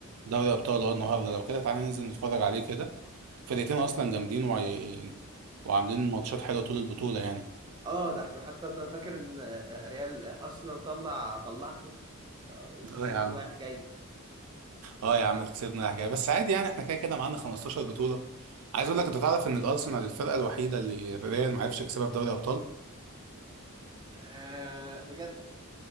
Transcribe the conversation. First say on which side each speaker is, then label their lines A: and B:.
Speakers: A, on the right (about 80°); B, on the right (about 20°).
A: دوري ابطال اه النهارده لو كده تعالى ننزل نتفرج عليه كده الفرقتين اصلا جامدين وعي... وعاملين ماتشات حلوه طول البطوله يعني
B: اه ده ده حتى انا فاكر ان آه، ريال ارسنال طلع طلعكم آه، وكسبته
A: اه يا عم
B: رايح جاي
A: اه يا عم خسرنا حاجه بس عادي يعني احنا كده كده معانا 15 بطوله عايز اقول لك انت تعرف ان الارسنال الفرقه الوحيده اللي الريال ما عرفش يكسبها في دوري ابطال
B: آه بجد